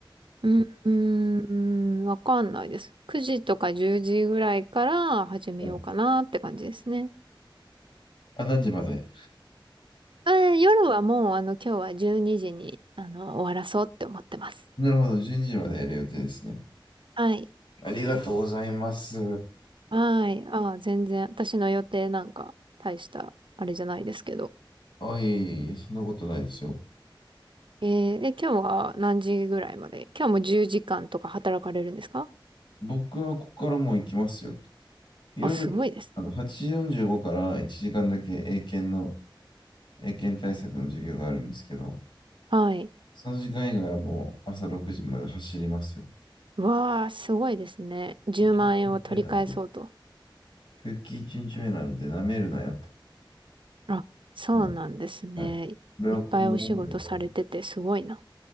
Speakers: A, on the right; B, on the left.
A: うーん、わかんないです。9時とか10時ぐらいから始めようかなって感じですね。
B: はいあ、何時まで
A: えー夜はもう、あの、今日は12時にじに、あの、終わらそうって思ってます。
B: なるほど、12時までやる予定ですね。
A: はい。
B: ありがとうございます。
A: はい。ああ、全然、私の予定なんか、大した、あれじゃないですけど。
B: あ、いえいえいえ、そんなことないですよ。
A: えーえ、今日は何時ぐらいまで今日も10時間とか働かれるんですか
B: 僕はここからもう行きますよ。夜、
A: あ、すごいですね。
B: あの、8時45から1時間だけ英検の、英検対策の授業があるんですけど、
A: はい。
B: その時間以外はもう朝6時まで走りますよ。
A: わあ、すごいですね。10万円を取り返そうと。
B: 復帰1日目なんで、復帰1日目なんで、舐めるなよと。
A: あ、そうなんですね。
B: はい。はい。これはこんなものじゃない。
A: いっぱいお仕事されててすごいな。